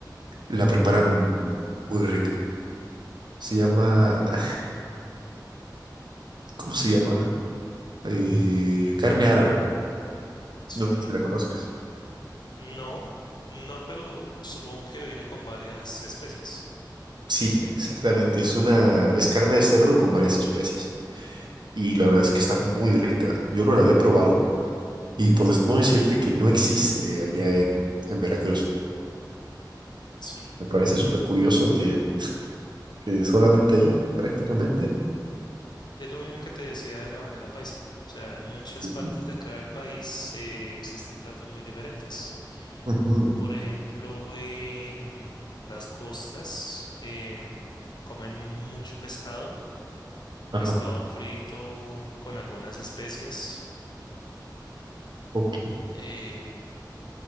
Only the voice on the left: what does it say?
sí.
No, no, pero supongo que viene con varias especies.
Sí,
es lo mismo que te decía de la bandeja paisa. O sea, en muchas
partes de acá del país eh, existen platos muy diferentes.
Por ejemplo, en las costas em, comen mucho pescado,
pescado frito con algunas especias.
eh,